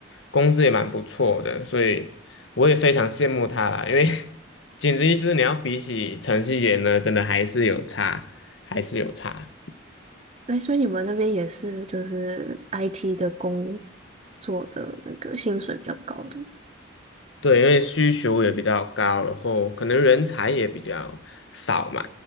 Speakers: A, on the left; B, on the right.
A: 工资也蛮不错的，所以我也非常羡慕他啦。因为 <laughs> 简直意思，你要比起程序员呢，真的还是有差，还是有差。
B: 哎，所以你们那边也是就是 IT 的工作的那个薪水比较高的。
A: 对，因为需求也比较高，然后可能人才也比较少嘛。